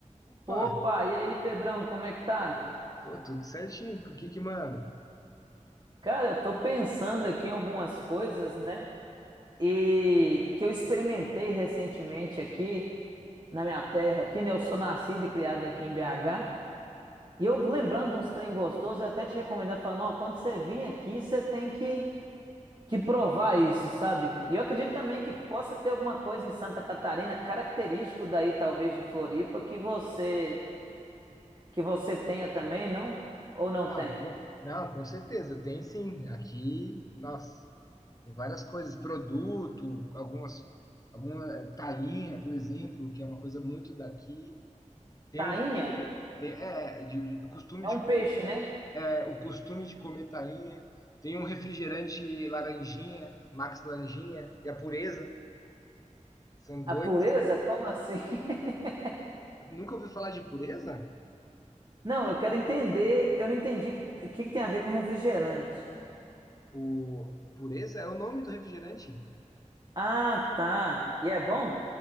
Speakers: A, on the left (about 30°); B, on the right (about 35°).
A: Opa,
B: Opa, e aí, Pedrão, como é que tá?
A: tô tudo certinho. O que que manda?
B: Cara, eu tô pensando aqui em algumas coisas, né? E que eu experimentei recentemente aqui na minha terra, aqui, né? Eu sou nascido e criado aqui em BH. E eu lembrando de uns trem gostosos, eu até te recomendar, falando, ó, quando você vir aqui, você tem que, que provar isso, sabe? E eu acredito também que possa ter alguma coisa em Santa Catarina, característico daí, talvez, de Floripa, que você que você tenha também, não? Ou não
A: Ah,
B: tem?
A: com- não, com certeza, tem sim. Aqui, nossa, tem várias coisas, produto, algumas, alguma eh, tainha, por exemplo, que é uma coisa muito daqui. Tem
B: Tainha?
A: um, tem- é, de, de costume
B: É
A: de,
B: um peixe, né?
A: é, o costume de comer tainha. Tem um refrigerante laranjinha, Max Laranjinha, e a Pureza. São dois.
B: A pureza? Como assim? <laughs>
A: Nunca ouvi falar de Pureza?
B: Não, eu quero entender. Eu não entendi o que que tem a ver com refrigerante.
A: O Pureza é o nome do refrigerante?
B: Ah, tá. E é bom?